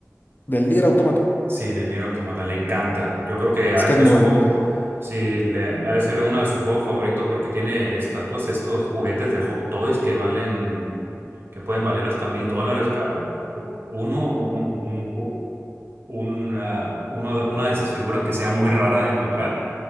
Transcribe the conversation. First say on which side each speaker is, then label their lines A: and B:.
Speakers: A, on the left; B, on the right.
A: Del Nier Automata.
B: Sí, del Nier Automata, le encanta. Yo creo que ha
A: Es
B: de
A: que
B: ser
A: es muy
B: su juego,
A: buen juego.
B: sí, le, ha de ser uno de sus juegos favoritos porque tiene estatuas, estos juguetes de Hot Toys que valen, que pueden valer hasta mil dólares cada o- o- uno, un, un ju- una, uno de- una de esas figuras que sea muy rara de encontrar.